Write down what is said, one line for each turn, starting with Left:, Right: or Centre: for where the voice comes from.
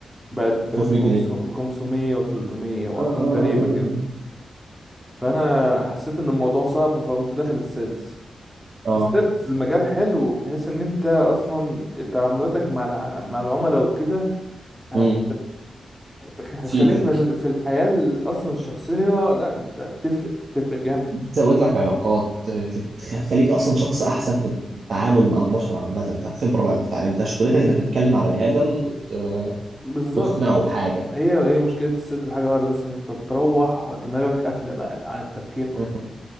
Centre: بقت
Right: 500 جنيه
Centre: بخمسمية وتلتمية وأرقام
Right: اه اه
Centre: غريبة
Right: اه اه
Centre: كده
Right: اه
Centre: فأنا حسيت إن الموضوع صعب فقمت داخل السيلز
Right: آه.
Centre: السيلز مجال حلو بحيث إن أنت أصلا تعاملاتك مع الع... مع العملاء وكده هت...
Right: امم
Centre: فخ- هتخليك
Right: تفيدك
Centre: في ال- في الحياة ال- أصلا الشخصية لا أنت بتفرق بتفرق جامد
Right: تزود لك علاقات تت- تخليك اصلا شخص احسن في التعامل مع البشر عامه ده خبره بقى انت انت شغلتك انك تتكلم مع بني ادم وت-
Centre: بالظبط
Right: وتقنعه بحاجه
Centre: هي هي مشكلة السيلز حاجة واحدة بس إن أنت بتروح دماغك قافلة بقى عن التفكير أصلا
Right: مم.